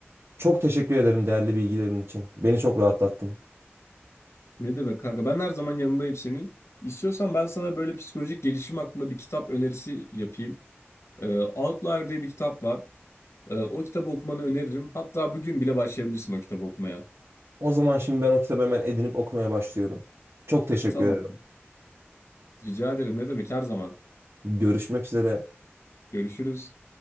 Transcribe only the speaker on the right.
Çok teşekkür ederim değerli bilgilerin için. Beni çok rahatlattın.
O zaman şimdi ben o kitabı hemen edinip okumaya başlıyorum. Çok teşekkür
ederim.
Görüşmek üzere.